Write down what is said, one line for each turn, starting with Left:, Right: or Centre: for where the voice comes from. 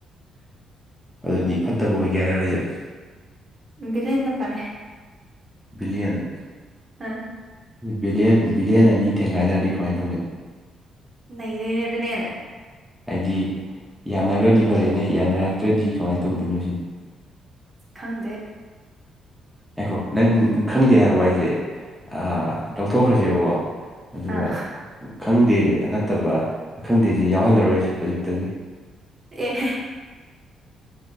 Centre: ꯑꯗꯨꯗꯤ ꯐꯠꯇꯕ ꯑꯣꯏꯒꯦ ꯍꯥꯏꯔꯣꯏꯁꯦ
Right: ꯗꯤꯔꯦꯟꯅ ꯐꯥꯔꯦ꯫
Centre: ꯕꯤꯂꯤꯌꯟ꯫
Right: ꯑ
Centre: ꯕꯤꯂꯤꯌꯟ ꯕꯤꯂꯤꯌꯟ ꯑꯅꯤ ꯊꯦꯡꯒꯥꯏꯅꯔꯗꯤ ꯀꯃꯥꯏꯅ ꯇꯧꯅꯤ꯫
Right: ꯅꯩꯗꯣꯏꯅꯤ ꯑꯗꯨꯅ ꯍꯦꯟꯅ꯫
Centre: ꯍꯥꯏꯗꯤ ꯌꯥꯅꯈ꯭ꯔꯗꯤ ꯐꯔꯦꯅꯦ ꯌꯥꯅꯔꯛꯇ꯭ꯔꯗꯤ ꯀꯃꯥꯏꯅ ꯇꯧꯗꯣꯏꯅꯣ ꯁꯤꯅꯦ꫰꫰
Right: ꯈꯪꯗꯦ꯫
Centre: ꯉꯥꯏꯈꯣ ꯅꯪꯪ ꯈꯪꯗꯦ ꯍꯥꯏꯕ ꯋꯥꯍꯩꯁꯤ ꯑꯥ ꯂꯧꯊꯣꯛꯈ꯭ꯔꯁꯦꯕꯀꯣ꯫ ꯑꯗꯨꯒ
Right: ꯑꯥ
Centre: ꯈꯪꯗꯦ ꯅꯠꯇꯕ ꯈꯪꯗꯦꯁꯤ ꯌꯥꯎꯍꯜꯂꯔꯣꯏꯁꯦ ꯍꯧꯖꯤꯛꯇꯒꯤ
Right: ꯑꯦ